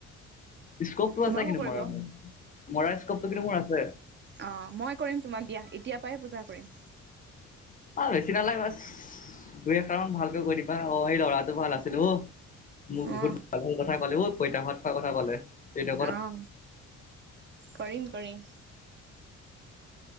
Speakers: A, on the left; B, on the right.
A: স্কপটো
B: তোমাকো
A: আছে কিন্তু
B: কৰিব
A: মৰা মোৰ মৰা স্কপটো কিন্তু মোৰ আছে
B: অ মই কৰিম তোমাক দিয়া এতিয়াৰ পৰাই পূজা কৰিম
A: অ বেছি নালাগে বছ দুই এষাৰমান ভালকে কৈ দিবা অ সেই লৰাটো ভাল আছিল অ মোক বহুত
B: অ
A: ভাল ভাল কথা কলে ঐ পইতা ভাত খোৱা কথা কলে এইটো কথা
B: অ কৰিম কৰিম